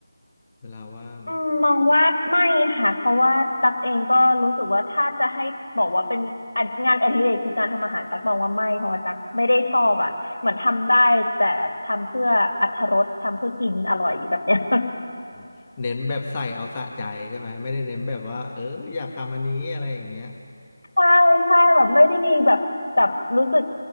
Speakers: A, on the left; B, on the left.
A: เวลาว่าง
B: อืมมองว่าไม่ค่ะเพราะว่าตักเองก็รู้สึกว่าถ้าจะให้บอกว่าเป็นอะงานอดิเรกคือการทำอาหารตักมองว่าไม่เพราะว่าตักไม่ได้ชอบอ่ะเหมือนทำได้แต่ทำเพื่ออรรถรสทำเพื่อกินอร่อยแบบเนี้ย
A: อ๋อเน้นแบบใส่เอาสะใจใช่ไหมไม่ได้เน้นแบบว่าเอออยากทำอันนี้อะไรอย่างเงี้ย
B: ใช่ใช่แบบไม่ได้มีแบบแบบรู้สึก